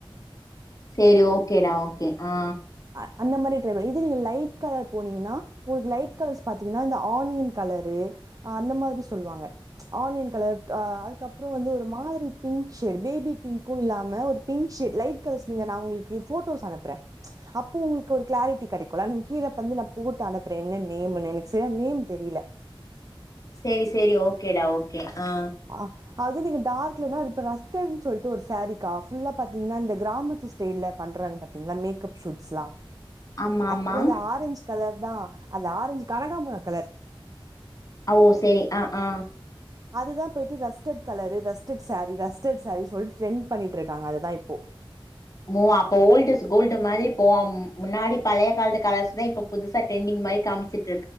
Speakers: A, on the left; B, on the right.
A: செரி ஓகேடா ஓகே அ
B: அ அந்த மாரி ட்ரை பண்ணி இது நீங்க லைட் கலர் போனீங்கின்னா உங்ளுக்கு லைட் கலர்ஸ் பாத்தீங்ன்னா இந்த ஆனியன் கலரு அந்த மாதிரி சொல்வாங்க ஆனியன் கலர் அதுக்கப்புறோ வந்து ஒரு மாதிரி பிங்க் ஷேட் பேபி பிங்க்கு இல்லாம ஒரு பிங்க் ஷேட் லைட் கலஸ் நீங்க நா உங்குளுக்கு போட்டோஸ் அனுப்புறே அப்போ உங்குளுக் ஒரு க்ளாரிட்டி கெடைக்குல அந்த கீழப் வந்து நா போட்டு அனுப்புறே என்ன நேமுனு எனக் செர்யா நேம் தெரியில
A: செரி செரி ஓகேடா ஓகே அ
B: ஆ அது நீங்க டார்க்லனா அது இப்ப ரஸ்டட்ன் சொல்ட்டு ஒரு சேரிக்கா ஃபுல்லா பாத்தீங்கின்னா இந்த க்ராமத்து ஸ்டைல பண்றாங் பாத்தீங் ந மேக்கப் ஷூட்ஸ்லா
A: ஆமா
B: ஆக்சுலா
A: ஆமா
B: அது ஆரஞ்ச் கலர் தா அந்த ஆரஞ்சு கனகாம்புர கலர்
A: அ ஓ செரி அ ஆ
B: அதுதா போய்ட்டு ரஸ்டட் கலரு ரஸ்டட் சேரீ ரஸ்டட் சேரி சொல்ட்டு ட்ரெண் பண்ணிட்ருக்காங்க அதுதா இப்போ
A: ஓ அப்போ ஓல்ட் இஸ் கோல்டு மாரி இப்போ அம் முன்னாடி பழைய கால்த்து கலஸ் இதா இப்போ புதுசா ட்ரெண்டிங் மரி காம்ச்சுட்